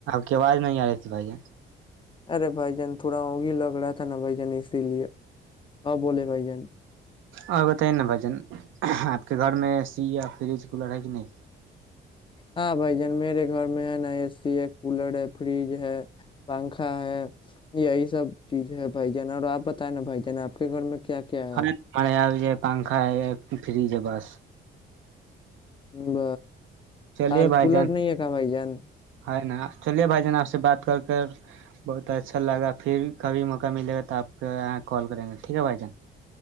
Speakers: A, on the right; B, on the left.
A: کہ آواز نہیں آ رہی تھی بھائی
B: ارے بھائی جان تھوڑا وہگ ہی لگ رہا تھا نا بھائی جان اسی لیے ہاں ب بھائی جان
A: اور بتائیے نا بھجن آپ کے گھر میں اے سی یا فریج کولر ہے کہ نہیں
B: ہاں بھائی جان میرے گھر میں ہے نا اے سی ہے کولر ہے فریج ہے پنکھا ہے یہی سب چیز ہے بھ جان اور آپ بتائیں نا بھائی جان آپ کے گھر میں کیا کیا
A: ہاں
B: ہے
A: ہمے آ جائے پنکھا ہے ایک فری ج بس
B: ہ ب
A: چلیے
B: اور
A: بھائی
B: کولر
A: جان
B: نہیں اکا بائی جان
A: ہے نا چلیے بھائی جان آپ سے بات کر کر بہت اچھا لگا پھر کبھی موقع ملے گا تو آپ کے یہاں کال کریں گے ٹھیک ہے بھائی جان